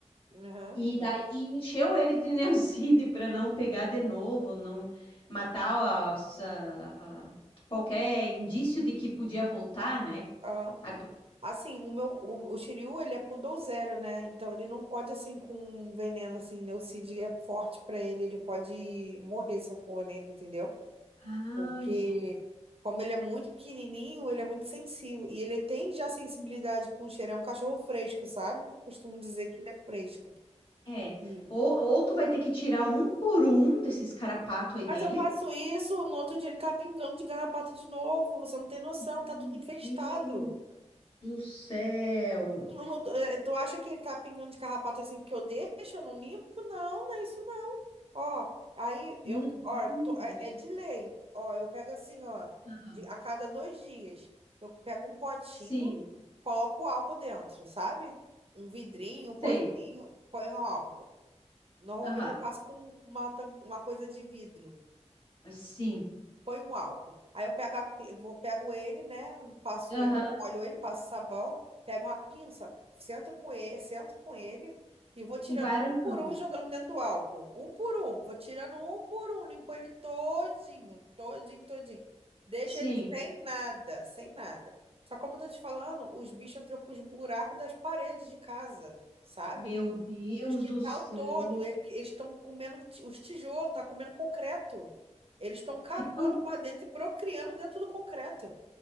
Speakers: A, on the right; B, on the left.
A: aham,
B: e daí encheu ele de <laughs> neucídio para não pegar de novo, não matar as- a- a- qualquer indício de que podia voltar, né?
A: aham.
B: Agora-
A: Assim, o meu, o, o Shiryu, ele é poodle né? Então ele não pode, assim, com veneno, assim, Neucid é forte pra ele, ele pode morrer se eu pôr nele, entendeu?
B: Ai,
A: Porque,
B: gente.
A: como ele é muito pequenininho, ele é muito sensível. E ele tem já sensibilidade com o cheiro. É um cachorro fresco, sabe? Costumo dizer que ele é fresco.
B: É.
A: Sim.
B: Ou, ou tu vai ter que tirar um por um desses carapatos aí
A: Mas
B: dele.
A: eu faço isso, no outro dia ele tá pingando de garrapato de novo. Você não tem noção,
B: Meu
A: tá tudo infestado.
B: Deus do céu.
A: Tu, não- eh, tu acha que ele tá pingando de carrapato assim porque eu deixo, eu não limpo? Não, não é isso Ó, aí
B: Meu
A: eu, ó,
B: Deus.
A: tô- é, é de lei. Ó, eu pego assim, ó,
B: Aham.
A: de- a cada dois dias, eu pego um potinho,
B: Sim,
A: coloco álcool dentro, sabe? Um vidrinho, um potinho,
B: sei.
A: ponho álcool. Normalmente
B: Aham.
A: eu faço com uma, tam- uma coisa de vidro.
B: Sim.
A: Põe um álcool. Aí eu pego, a pi- vou, pego ele, né? Passo
B: Aham.
A: ele, molho ele, passo sabão, pego uma pinça, sento com ele, sento com ele e vou tirando
B: E vai arrancando.
A: um por um e jogando dentro do álcool. Um por um. Vou tirando um por um, limpo ele todinho, todinho, todinho. Deixo
B: Sim.
A: ele sem nada, sem nada. Só como eu tô te falando, os bichos entram pros buracos das paredes de casa, sabe?
B: Meu Deus
A: O do quintal
B: do céu.
A: todo, ele- eles estão comendo ti- os tijolos, tá comendo concreto. Eles estão cavando
B: Que, doi-
A: para dentro e procriando dentro do concreto.